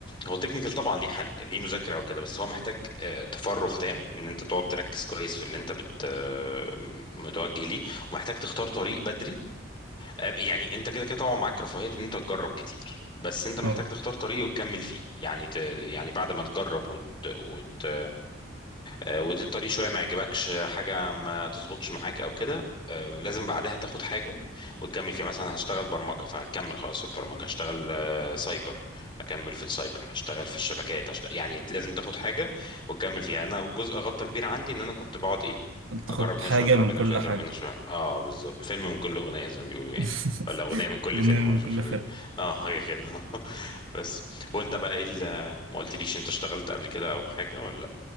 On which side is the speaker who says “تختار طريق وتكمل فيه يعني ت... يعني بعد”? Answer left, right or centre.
Left